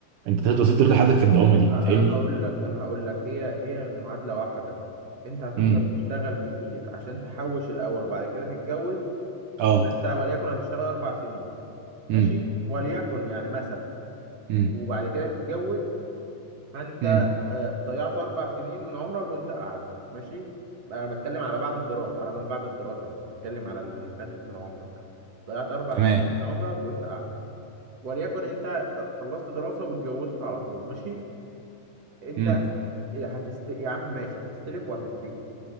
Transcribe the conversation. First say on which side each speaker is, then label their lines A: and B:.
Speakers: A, on the right; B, on the right.
A: انت تقدر وصلت لحدك في الدعومه دي
B: انا
A: فاهمني
B: هقول لك انا هقول لك هي هي المعادله واحده انت هتفضل
A: امم
B: تشتغل كتير عشان تحوش الاول وبعد كده تتجوز
A: اه
B: انت وليكن هتشتغل اربع سنين ماشي
A: امم
B: وليكن يعني مثلا
A: امم
B: وبعد كده تتجوز فانت
A: امم
B: آه، ضيعت اربع سنين من عمرك وانت قاعد ماشي انا بتكلم على بعد الدراسه على ما بعد الدراسه مش بتكلم على اللي فات من عمرك ضيعت اربع
A: تمام
B: سنين من عمرك وانت قاعد وليكن انت ت- خلصت دراسه واتجوزت على طول ماشي انت
A: امم
B: هتست يا عم ماشي هتستلف وهتتدين